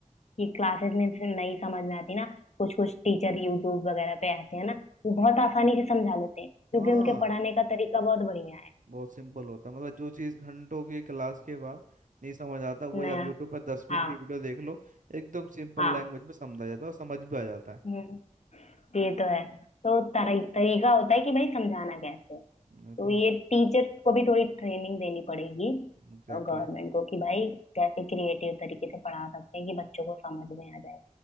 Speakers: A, on the left (about 60°); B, on the right (about 80°).
A: ये क्लासेस में से नहीं समझ में आती ना कुछ कुछ टीचर यूट्यूब वगैरह पे ऐसे हैं ना वो बहुत आसानी से समझा लेते हैं क्योंकि
B: हाँ
A: उनके पढ़ाने का तरीका बहुत बढ़िया है
B: बहुत सिंपल होता है मतलब जो चीज़ घंटों की क्लास के बाद नहीं समझ आता वही
A: ना
B: आप यूट्यूब पर दस मिनट
A: हाँ
B: की वीडियो देख लो एकदम सिंपल
A: हाँ
B: लैंग्वेज में समझा जाता है और समझ भी आ जाता है
A: हम्म, ये तो है तो तरी, तरीका होता है कि भाई समझाना कैसे है।
B: नहीं
A: तो
B: तो
A: ये टीचर्स को भी थोड़ी ट्रेनिंग देनी पड़ेगी
B: एग्जैक्टली
A: गवर्नमेंट को कि भाई कैसे क्रिएटिव तरीके से पढ़ा सकते हैं कि बच्चों को समझ में आ जाए